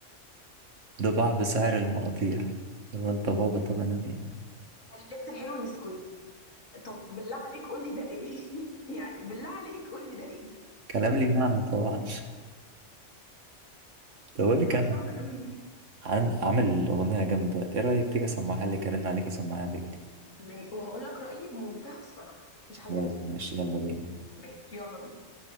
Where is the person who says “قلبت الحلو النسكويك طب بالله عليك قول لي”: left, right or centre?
Left